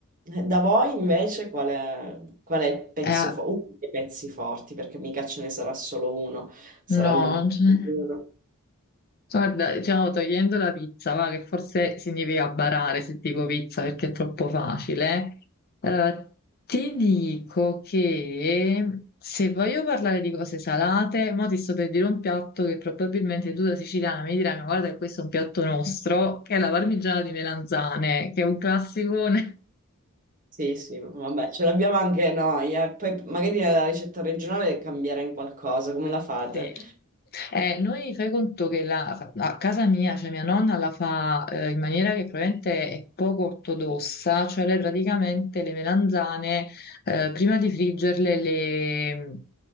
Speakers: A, on the right; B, on the left.
A: Da voi invece qual è, qual è il pezzo
B: Eh,
A: forte? Uno dei pezzi forti, perché mica ce ne sarà solo uno, saranno
B: no, non c'è.
A: più di uno.
B: Guarda, diciamo togliendo la pizza, va, che forse significa barare se dico pizza perché è troppo facile, eh, ti dico che se voglio parlare di cose salate, mo ti sto per dire un piatto che probabilmente tu da siciliana mi dirai, ma guarda che questo è un piatto nostro, che è la parmigiana di melanzane, che è un classicone.
A: Sì, sì, vabbè, ce l'abbiamo anche noi, eh. Poi magari la ricetta regionale cambierà in qualcosa, come la fate?
B: Sì. Eh, noi fai conto che la- a casa mia, cioè mia nonna la fa eh, in maniera che probabilmente è poco ortodossa, cioè lei praticamente le melanzane eh, prima di friggerle le,